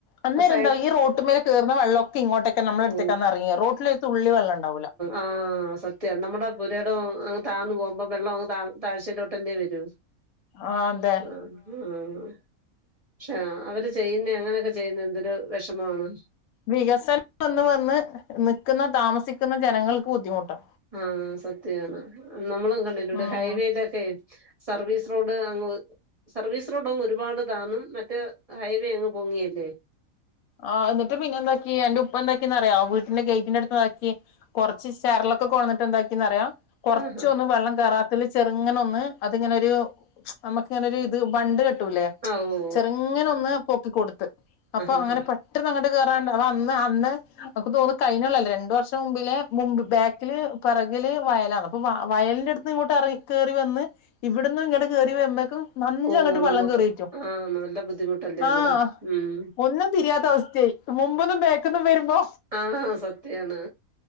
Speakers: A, on the left; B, on the right.
A: അന്നേരം
B: ആ സൈഡ്
A: എന്താ ഈ റോട്ടുമേലെ കേറുന്ന വെള്ളോക്കെ ഇങ്ങോട്ടൊക്കെ നമ്മ എടുത്തെക്കാന്ന
B: ഓ
A: എറങ്ങിയ റോട്ടിലൊരു തുള്ളി വെള്ളം ഉണ്ടാവൂലാ.
B: ആഹ് സത്യവാ നമ്മുടെ പുരെടം അങ്ങ് താന്ന് പോകുമ്പോ വെള്ളം അങ്ങ് താ താഴ്ച്ചേലോട്ടല്ലേ വരൂ
A: ആഹ് അതെ
B: ആഹ് ആഹ് <unintelligible> അവര് ചെയ്യുന്നേ അങ്ങനെക്കെ ചെയ്യുന്നെ എന്തൊരു വെഷമവാണ്
A: വികസനം വന്ന് വന്ന് നിക്കുന്ന താമസിക്കുന്ന ജനങ്ങൾക്ക് ബുദ്ധിമുട്ടാ
B: ആഹ് സത്യവാണ് നമ്മളും കണ്ടിട്ടോണ്ട്
A: ഉം
B: ഹൈവേലെക്കെ സർവീസ് റോഡ് അങ്ങ് സർവീസ് റോഡ് അങ്ങ് ഒരുപാട് താന്നും മറ്റേ ഹൈവേ അങ്ങ് പൊങ്ങിയല്ലേ
A: ആഹ് അന്നിട്ട് പിന്നെ എന്താക്കി എന്റെ ഉപ്പ എന്താക്കിന്ന്റിയാം വീട്ട്ന്റെ ഗേറ്റിന്റെടുത്ത് ഇതാക്കി കൊറച്ച് ചരളൊക്കെ കൊണ്ടന്നിട്ട് എന്താക്കിന്ന്റിയോ കൊറച്ചൊന്നും
B: ആഹാ
A: വെള്ളം കേറത്താ ചെറുങ്ങന ഒന്ന് അതിങ്ങനൊരു നമുക്കിങ്ങനെ ഒരു ഇത് ബണ്ട് കെട്ടൂല്ലേ
B: ആഹ് ഓഹ്
A: ഇങ്ങനെ ഒന്ന് പൊക്കി കൊടുത്ത് അപ്പോ
B: ആഹ്
A: അങ്ങനെ പെട്ടെന്ന് അങ്ങട്ട് കേറാണ്ട് അത് അന്ന് അന്ന് നമുക്ക് തോന്നും കഴിഞ്ഞുള്ളല്ലേ രണ്ടു വർഷം മുമ്പിലെ മുമ്പ് ബാക്കില് പിറകില് വയലാണ് അപ്പോ വയലിന്റെടു ന്ന് ഇങ്ങോട്ട് എറ കേറി വന്ന് ഇവിടന്ന് ഇങ്ങട്ട് കേറി വരു ക്കും നല്ല
B: ഓഹ്
A: അങ്ങട്ട് വെള്ളം
B: നമുക്ക്
A: കേറീറ്റും
B: ആഹ് നല്ല ബുദ്ധിമുട്ടല്ലേ
A: ആഹ്
B: അന്നേരം ഉം
A: ഒന്നും തിരിയാത്ത അവസ്ഥയായി മുമ്പുന്നും ബെക്കൊന്നും വരുമ്പോ
B: ആഹ് സത്യാണ്